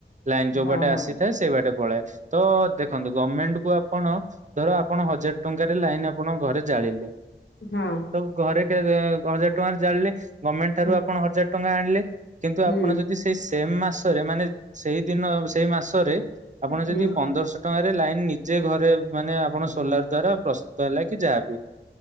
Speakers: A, on the right; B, on the left.
A: ଲାଇନ ଯୋଉ
B: ହଁ
A: ବାଟେ
B: ହଁ
A: ଆସିଥାଏ ସେଇ ବାଟେ ପଳାଏ। ତ ଦେଖନ୍ତୁ ଗମେଣ୍ଟ କୁ ଆପଣ ଧର ଆପଣ ହଜାର ଟଙ୍କାରେ ଲାଇନ ଆପଣଙ୍କ ଘରେ ଜାଳିଲେ।
B: ହଁ।
A: ତ ଘରେ ହଜାର ଟଙ୍କାରେ ଜାଣିଲେ ଗମେଣ୍ଟ ଠାରୁ
B: ହୁଁ
A: ଆପଣ ହଜାର ଟଙ୍କା ଆଣିଲେ। କିନ୍ତୁ
B: ହୁଁ
A: ଆପଣ ଯଦି ସେଇ ସେମ ମାସରେ ମାନେ ସେଇ ଦିନ ସେଇ ମାସରେ ଆପଣ ଯଦି
B: ହୁଁ
A: ପନ୍ଦରଶହ ଟଙ୍କାରେ ଲାଇନ ନିଜେ ଘରେ ମାନେ ଆପଣ ସୋଲାର ଦ୍ଵାରା ପ୍ରସ୍ତୁତ ହେଲା କି ଯାହାବି